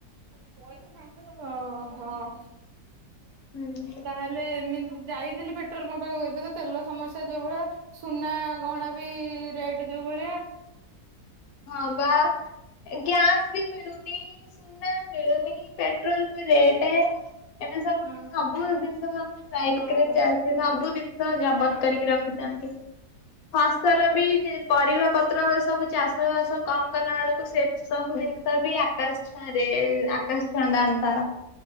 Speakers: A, on the right (about 75°); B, on the left (about 70°).
A: ହଁ ହଁ।
B: ହୁଁ
A: ତାହେଲେ ଏମିତି ଯାଇଥିଲୁ ପେଟ୍ରୋଲ ପମ୍ପା ଏବେ ତ ତେଲ ସମସ୍ୟା ଯୋଉ ଭଳିଆ ସୁନା ଗହଣା ବି ରେଟ୍ ଯୋଉ ଭଳିଆ
B: ହଁ ବା ଗ୍ୟାସ ବି ମିଳୁନି ସୁନା ମିଳୁନି ପେଟ୍ରୋଲ ବି ରେଟ ଏବେ ସବୁ
A: ହଁ ହଁ
B: ସବୁ ଜିନିଷ ସବୁ ଷ୍ଟାଇକ
A: ଓହୋ
B: ରେ ଚାଲିଛିସବୁ ଜିନିଷ ଜବତ
A: ହଁ।
B: କରିକି ରଖୁଛନ୍ତି ଫସଲ ବି ପରିବା ପତ୍ର ସବୁ ଚାଷ ସବୁ କାମ କଲା ବେଳକୁ ସେ ସବୁ ଜିନିଷ ବି ଆକାଶ ଛୁଆଁ ରେ ଆକାଶ ଛୁଆଁ ଦମ ତାର